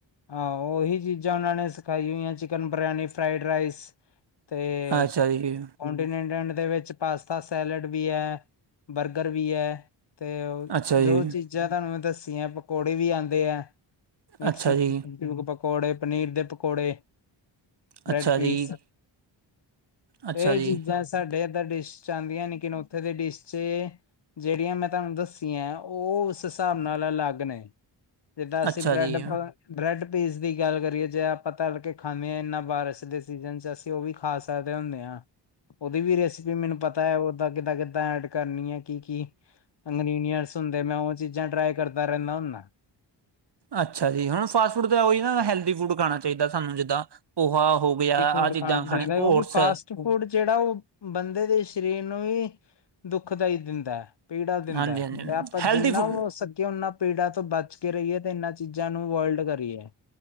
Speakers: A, on the left; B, on the right.
A: ਆਹੋ, ਉਹੀ ਚੀਜ਼ਾਂ ਉਹਨਾਂ ਨੇ ਸਿਖਾਈ ਹੋਈਆਂ, ਚਿਕਨ ਬਰਿਆਨੀ, ਫਰਾਈਡ-ਰਾਈਸ। ਤੇ
B: ਅੱਛਾ ਜੀ
A: ਕੋਂਟੀਨੈਂਟੇਟ ਦੇ ਵਿੱਚ ਪਾਸਤਾ ਸੈਲਡ ਵੀ ਹੈ, ਬਰਗਰ ਵੀ ਹੈ। ਤੇ,
B: ਅੱਛਾ ਜੀ
A: ਜੋ ਚੀਜ਼ਾਂ ਤੁਹਾਨੂੰ ਮੈਂ ਦੱਸੀਆਂ, ਪਕੌੜੇ ਵੀ ਆਉਂਦੇ ਆ, ਮਿਕਸ
B: ਅੱਛਾ ਜੀ
A: ਪਕੌੜੇ ਪਨੀਰ ਦੇ ਪਕੌੜੇ ਬ੍ਰੈਡ
B: ਅੱਛਾ
A: ਪੀਸ
B: ਜੀ ਅੱਛਾ
A: ਇਹ
B: ਜੀ
A: ਚੀਜ਼ਾਂ ਸਾਡੇ ਇੱਦਾਂ ਡਿਸ਼ ਚ ਆਉਦੀਆਂ ਨਈ, ਲੇਕਿਨ ਉੱਥੇ ਦੇ ਡਿਸ਼ ਚ ਜਿਹੜੀਆਂ ਮੈਂ ਤੁਹਾਨੂੰ ਦੱਸੀਆਂ ਉਹ ਉਸ ਹਿਸਾਬ ਨਾਲ ਅਲੱਗ ਨੇ ਜਿੱਦਾਂ ਅਸੀਂ
B: ਅੱਛਾ
A: ਬ੍ਰੈਡ
B: ਜੀ
A: ਬ੍ਰੈਡ ਪੀਸ ਦੀ ਗੱਲ ਕਰੀਏ ਜੇ ਆਪਾਂਤਾ ਤਲ ਕੇ ਖਾਂਦੇ ਹਾਂ ਇੰਨਾ ਬਾਰਿਸ਼ ਦੇ ਸੀਜ਼ਨ ਚ ਉਹ ਵੀ ਖਾ ਸਕਦੇ ਹੁੰਦੇ ਹਾਂ ਉਹਦੀ ਵੀ ਰੈਸਪੀ ਮੈਨੂੰ ਪਤਾ ਹੈ, ਓਦਾਂ ਕਿੱਦਾਂ- ਕਿੱਦਾਂ ਐਡ ਕਰਨੀ ਹੈ ਕੀ- ਕੀ ਅੰਗਨੀ ਨੀਅਰਸ ਹੁੰਦੇ ਮੈਂ ਉਹ ਚੀਜ਼ਾਂ ਟਰਾਈ ਕਰਦਾ ਰਹਿੰਦਾ ਹੁੰਦਾ
B: ਅੱਛਾ ਜੀ ਹੁਣ ਫਾਸਟ ਫੂਡ ਤਾਂ ਉਹੀ ਨਾ ਹੈਲਥੀ ਫੂਡ ਖਾਣਾ ਚਾਹੀਦਾ ਸਾਨੂੰ ਜਿੱਦਾਂ ਪੋਹਾ ਗਿਆ
A: ਹੈਲਥੀ ਫੂਡ
B: ਆਹ ਚੀਜ਼ਾਂ
A: ਖਾਣਾ
B: ਖਾਣੇ
A: ਚਾਹੀਦਾ
B: ਓਟਸ
A: ਕਿਉਂਕਿ ਫਾਸਟ ਫੂਟ ਜਿਹੜਾ ਉਹ ਬੰਦੇ ਦੇ ਸਰੀਰ ਨੂੰ ਹੀ ਦੁੱਖਦਾ ਹੀ ਦਿੰਦਾ ਹੈ ਪੀੜਾ ਦਿੰਦਾ
B: ਹਾਂਜੀ ਹਾਂਜੀ
A: ਤੇ ਆਪਾਂ
B: ਹੈਲਦੀ
A: ਜਿੰਨਾ
B: ਫੂਡ
A: ਹੋ ਸਕੀਏ ਓਨਾ ਪੀੜਾਂ ਤੋਂ ਬਚ ਕੇ ਰਹੀਏ ਤੇ, ਇਹਨਾਂ ਚੀਜ਼ਾਂ ਨੂੰ ਵੋਇਲਡ ਕਰੀਏ